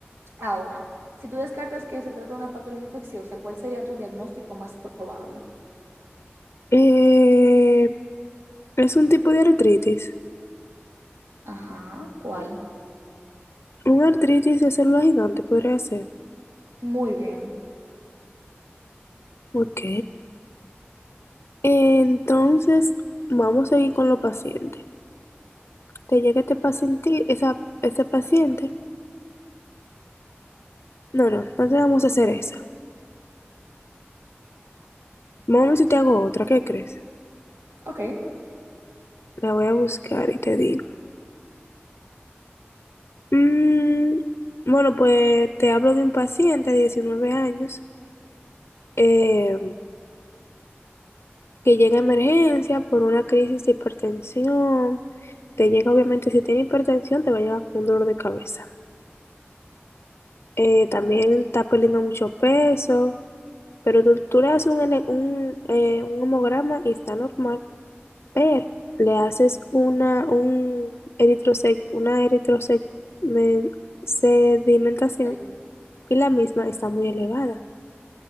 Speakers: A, on the right; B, on the left.
A: Ahora, si tú descartas que se trata de una patología infecciosa, ¿cuál sería tu diagnóstico más probable?
B: Eh, es un tipo de artritis.
A: Ajá, ¿cuál?
B: Un artritis de célula gigante podría ser.
A: Muy bien.
B: Ok, entonces vamos a seguir con los pacientes. Te llega este paciente, esa, este paciente. No, no, no te vamos a hacer esa. Vamos a ver si te hago otra, ¿qué crees?
A: Ok,
B: La voy a buscar y te digo. Mm, bueno, pues te hablo de un paciente de 19 años eh, que llega a emergencia por una crisis de hipertensión. Te llega, obviamente, si tiene hipertensión, te va a llegar con un dolor de cabeza. Eh, también
A: ok.
B: está perdiendo mucho peso Pero tú, tú le haces un, ele- un, eh, un hemograma y está normal, pero le haces una, un eritrosec, una eritrosec, men- sedimentación
A: está bien.
B: y la misma está muy elevada.